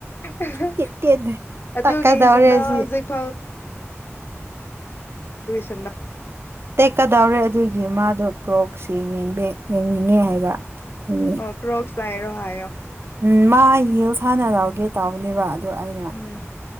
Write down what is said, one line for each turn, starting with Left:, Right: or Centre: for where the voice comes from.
Left: ꯑꯥꯍꯥ
Right: ꯊꯦꯠ ꯊꯦꯠ
Left: ꯑꯗꯨꯒꯤ
Right: ꯇꯛꯀꯗꯧꯔꯦ
Left: ꯏꯁꯣꯟꯗ
Right: ꯑꯁꯤ
Left: ꯍꯧꯖꯤꯛ <unintelligible>
Right: ꯇꯦꯛꯀꯗꯧꯔꯦ ꯑꯗꯨꯒꯤ ꯃꯥꯗꯣ ꯀ꯭ꯔꯣꯞꯁ ꯌꯦꯡꯅꯤꯡꯗꯦ ꯌꯦꯡꯅꯤꯡꯉꯦ ꯍꯥꯏꯕ ꯎꯝ
Left: ꯀ꯭ꯔꯣꯞꯁ ꯂꯩꯔꯣ ꯍꯥꯏꯌꯣ
Right: ꯎꯝ ꯍꯤꯜꯁ ꯍꯟꯅꯥ ꯂꯧꯒꯦ ꯇꯧꯕꯅꯦꯕ ꯑꯩꯅ
Left: ꯎꯝ